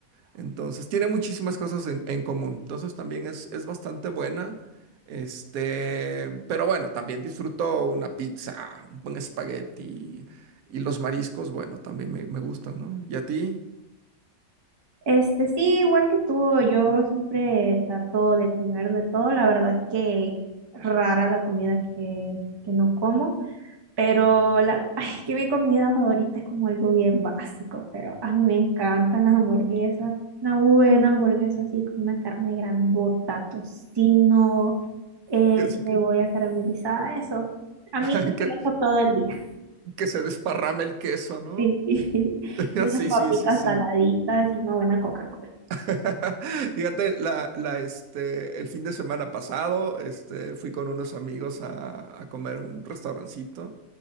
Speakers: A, on the right (about 80°); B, on the right (about 25°).
A: Entonces, tiene muchísimas cosas en, en común. Entonces, también es, es bastante buena. Este, pero bueno, también disfruto una pizza, un buen espagueti y los mariscos, bueno, también me, me gustan, ¿no? ¿Y a ti?
B: Este, sí, igual que tú, yo siempre trato de comer de todo. La verdad es que rara la comida que, que no como. Pero la, ay, es que mi comida favorita es como algo bien básico, pero a mí me encantan las hamburguesas. Una buena hamburguesa así con una carne grandota, tocino, eh,
A: Y Así que,
B: cebolla caramelizada, eso. A mí
A: <laughs>
B: me
A: que,
B: tengo eso todo el día.
A: que se desparrame el queso, ¿no?
B: Sí, <laughs> sí.
A: <laughs>
B: Y unas
A: Sí,
B: papitas
A: sí, sí, sí.
B: saladitas y una buena coca
A: <laughs> Fíjate, la, la, este, el fin de semana pasado, este, fui con unos amigos a, a comer a un restaurancito